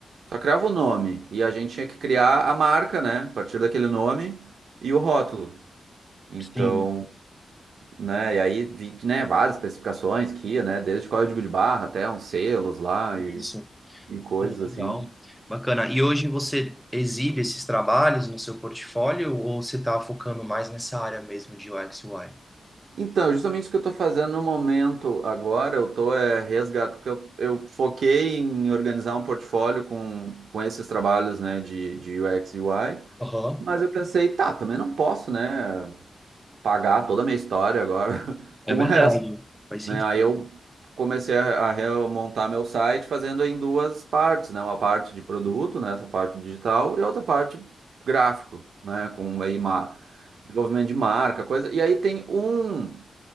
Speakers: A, on the right (about 75°); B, in the centre.
A: só criavam o nome, e a gente tinha que criar a marca, né? A partir daquele nome e o rótulo. Então,
B: Sim,
A: né, e aí vi, né, várias especificações que ia, né? Desde código de barra até uns selos lá
B: isso.
A: e coisas
B: Pô, legal.
A: assim.
B: Bacana. E hoje você exibe esses trabalhos no seu portfólio ou você tá focando mais nessa área mesmo de U X e UI?
A: Então, justamente isso que eu estou fazendo no momento agora, eu estou é, resgatando, porque eu, eu foquei em organizar um portfólio com, com esses trabalhos, né, de, de UX e UI,
B: Aham.
A: mas eu pensei, tá, também não posso, né, pagar toda a minha história agora <laughs>
B: É
A: com
B: verdade.
A: o resto.
B: Faz
A: né?
B: sentido.
A: Aí eu comecei a a remontar meu site fazendo em duas partes, né? Uma parte de produto, né? Essa parte digital e outra parte gráfico, né? Com aí ma- desenvolvimento de marca, coisa. E aí tem um.